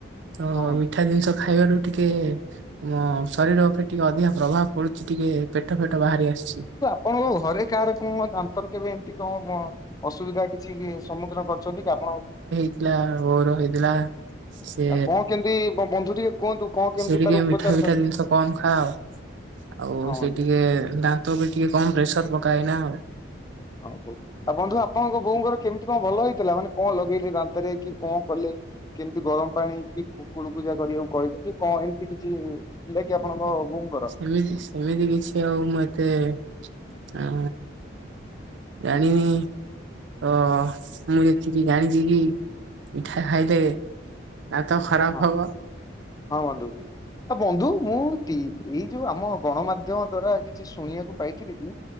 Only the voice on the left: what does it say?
ହଁ ବନ୍ଧୁ।
କଣ ତମ ଘରେ କାହାର କଣ ଦାନ୍ତର କେବେ ଏମିତି କଣ କଣ ଅସୁବିଧା କିଛି ସମ୍ମୁଖୀନ କରିଚନ୍ତି କି ଆପଣ
କଣ କେମିତି ବନ୍ଧୁ ଟିକେ କୁହନ୍ତୁ କଣ କେମିତି
ତାର ଉପଚାର
କଲେ?
ହଁ
ବନ୍ଧୁ
<unintelligible> ଆଉ ବନ୍ଧୁ ଆପଣଙ୍କ ବୋଉଙ୍କର କେମିତି କଣ ଭଲ ହେଇଥିଲା ମାନେ କଣ ଲଗେଇଲେ ଦାନ୍ତରେ କି କଣ କଲେ? କେମିତି ଗରମ ପାଣି କିୁ କୂଳ କୁଚା କରିବାକୁ କହିଥିଲେ କି କଣ ଏମିତି କିଛି ଥିଲାକି ଆପଣଙ୍କ ବୋଉ
ହଁ
ହଁ ବନ୍ଧୁ। ଆ ବନ୍ଧୁ ମୁଁ ଟି ଏଇ ଯୋଉ ଆମ ଗଣମାଧ୍ୟମ ଦ୍ଵାରା କିଛି ଶୁଣିବାକୁ ପାଇଥିଲି କି